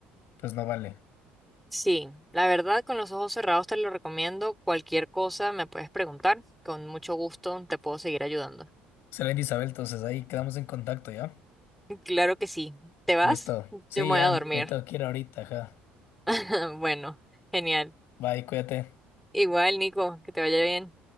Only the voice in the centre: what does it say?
Sí, la verdad, con los ojos cerrados te lo recomiendo. Cualquier cosa me puedes preguntar. Con mucho gusto te puedo seguir ayudando.
Claro que sí. ¿Te vas?
Yo
me
voy a dormir.
<laughs> Bueno, genial.
Igual, Nico, que te vaya bien.